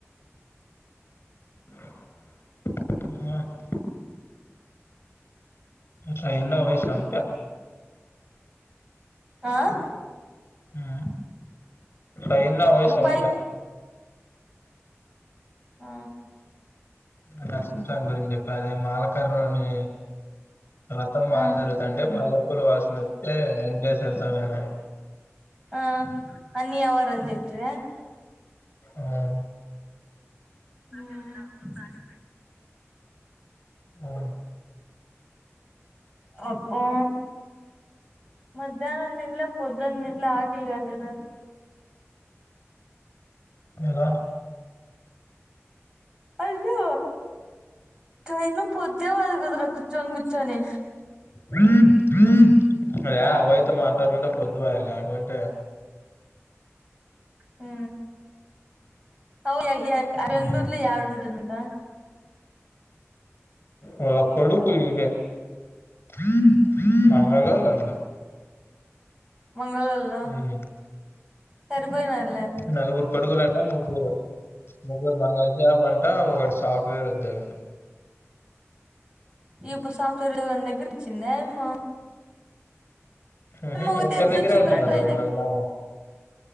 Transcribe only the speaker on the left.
ఇంగ ట్రైన్ లో వయి సంప
ఊ ట్రైన్ లా వయి
సంప
నరసిం సామి గురించి చెప్పి అదే మాలకరని రతం బాగా
జరుగుతుంది త అంటే మల్లెపూలు వాసన వతె వెంకటేశ్వర స్వామి ఏ నాయె
ఆవున్
అవును
ఎలా
హ అద అవయితే మాట్లాడకుంటే పొద్దు వయల లేకుంటే
ఉమ్,
వాల్ అపుడు పీజీ ఏ మంగలోల్ అంట
ఉమ్,
నలుగురు కొడుకులంట ముగురు ముగ్గురు మంగళసాబ్ అంటా ఒక సాఫ్ట్వేర్ ఉద్యోగి
ఊహు
ఒక్కర్
దగ్గరే
ఉంటుందంలో
<unintelligible>